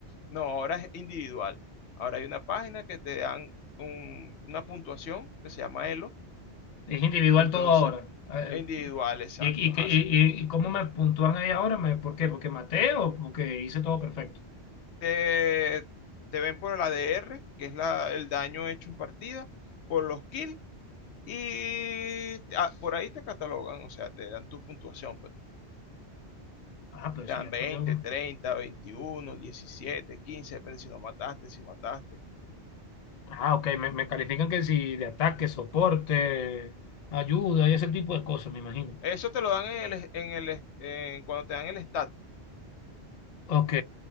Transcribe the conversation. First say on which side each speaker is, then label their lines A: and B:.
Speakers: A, on the left (about 75°); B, on the left (about 50°).
A: No, ahora es individual. Ahora hay una página que te dan un- una puntuación que se llama Elo.
B: Es individual
A: Entonces,
B: todo ahora. Ah, Eh,
A: individual,
B: ¿Y,
A: exacto.
B: y,
A: Ajá,
B: y,
A: si
B: y- y cómo me puntúan ahí ahora? ¿Me- ¿Por qué? ¿Porque maté o porque hice todo perfecto?
A: te, te ven por el ADR, que es la, el daño hecho en partida, por los kills Y ah, por ahí te catalogan, o sea, te dan tu puntuación, pues
B: Ah, pero
A: te
B: eso
A: dan
B: ya cambió.
A: 20, 30, 21, 17, 15, depende si no mataste, si mataste.
B: Ah, ok, me, me califican que si de ataque, soporte, ayuda y ese tipo de cosas, me imagino.
A: Eso te lo dan en el, en el, en- cuando te dan el stat,
B: Ok,